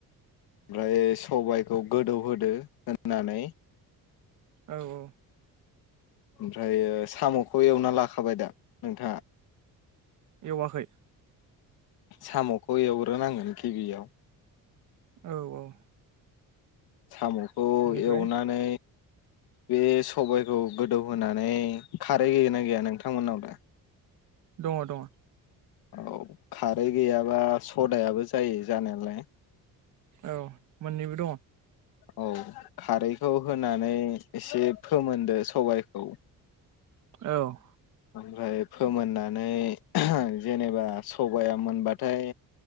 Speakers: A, on the left; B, on the right.
A: ओमफ्राय सबायखौ गोदौहोदो होननानै
B: औ औ।
A: ओमफ्रायो साम'खौ एवना लाखाबाय दा नोंथाङा।
B: एवाखै।
A: साम'खौ एवग्रोनांगोन गिबियाव।
B: औ औ।
A: साम। खौ
B: बिनिफ्राय
A: एवनानै। बे सबायखौ गोदौहोनानै खारै गैगोन ना गैया नोंथांमोननावलाय
B: दङ दङ।
A: औ खारै गैयाबा सदायाबो जायो जानायालाय
B: औ मोननैबो दङ।
A: औ खारैखौ होनानै एसे फोमोनदो सबायखौ
B: औ औ
A: ओमफ्राय फोमोननानै जेनेबा सबाया मोनबाथाय